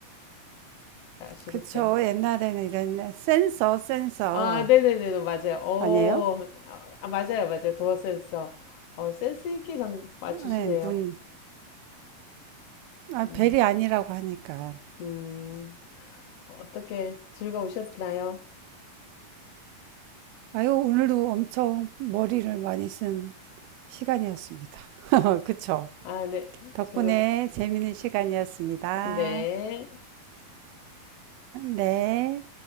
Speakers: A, on the left; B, on the right.
A: 아시겠어요?
B: 그쵸. 옛날에는 이런 센서, 센서.
A: 아, 네네네, 네, 맞아요. 어,
B: 아니에요?
A: 아, 맞아요, 맞아요. 도어 센서. 어, 센스 있게 정, 맞추시네요.
B: 네, 문. 아, 벨이
A: 음,
B: 아니라고 하니까.
A: 음, 어떻게 즐거우셨나요?
B: 아유, 오늘도 엄청 머리를 많이 쓴 시간이었습니다. <laughs> 그쵸.
A: 아, 네,
B: 덕분에
A: 즐거,
B: 재밌는 시간이었습니다.
A: 네.
B: 네.